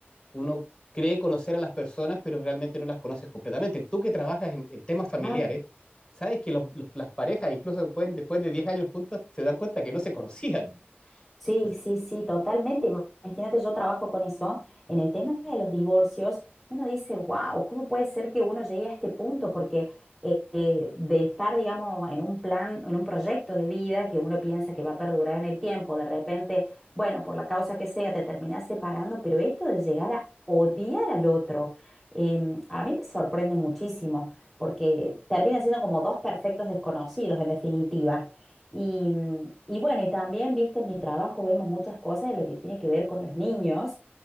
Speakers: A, on the left; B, in the centre.
A: uno cree conocer a las personas, pero realmente no las conoces completamente. Tú que trabajas en, en temas familiares,
B: Ah.
A: sabes que los- los- las parejas, incluso pueden, después de 10 años juntas, se dan cuenta que no se conocían.
B: Sí,
A: Entonces,
B: sí, sí, totalmente. Ima- Imagínate, yo trabajo con eso. En el tema de los divorcios, uno dice, wow, ¿cómo puede ser que uno llegue a este punto? Porque eh, eh, de estar, digamos, en un plan, en un proyecto de vida que uno piensa que va a perdurar en el tiempo, de repente, bueno, por la causa que sea, te terminas separando, pero esto de llegar a odiar al otro, em, a mí me sorprende muchísimo, porque terminan siendo como dos perfectos desconocidos, en definitiva. Y, mm, y bueno, y también, viste, en mi trabajo vemos muchas cosas de lo que tiene que ver con los niños.